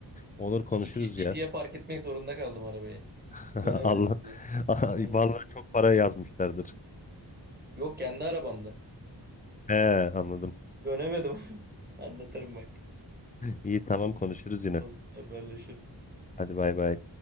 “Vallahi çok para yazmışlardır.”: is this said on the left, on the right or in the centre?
Left